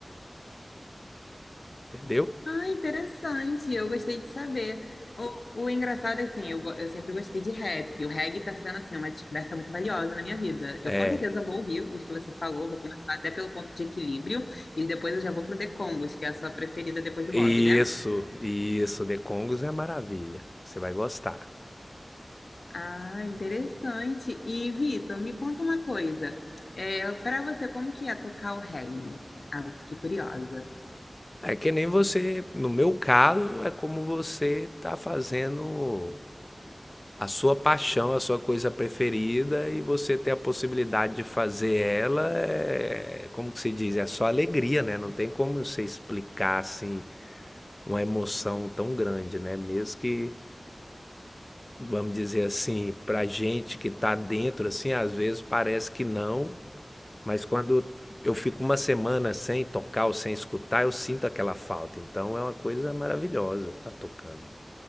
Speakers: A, on the left (about 30°); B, on the left (about 75°).
A: entendeu?
B: Ah, interessante. Eu gostei de saber. O, o engraçado é assim, eu, go- eu sempre gostei de rap. O reggae tá sendo assim uma descoberta muito valiosa na minha vida. Eu
A: É,
B: com certeza vou ouvir os que você falou, vou começar até pelo ponto de equilíbrio e depois eu já vou pro The Congos, que é a sua preferida depois do
A: isso,
B: Bob, né?
A: isso, The Congos é maravilha, você vai gostar.
B: Ah, interessante. E Vitor, me conta uma coisa. É, para você, como que é tocar o reggae? Ah, eu fiquei curiosa.
A: É que nem você, no meu caso, é como você tá fazendo a sua paixão, a sua coisa preferida e você ter a possibilidade de fazer ela, é, como que se diz, é só alegria, né? Não tem como você explicar assim uma emoção tão grande, né? Mesmo que, vamos dizer assim, pra gente que tá dentro assim, às vezes parece que não, mas quando eu fico uma semana sem tocar ou sem escutar, eu sinto aquela falta. Então é uma coisa maravilhosa tá tocando,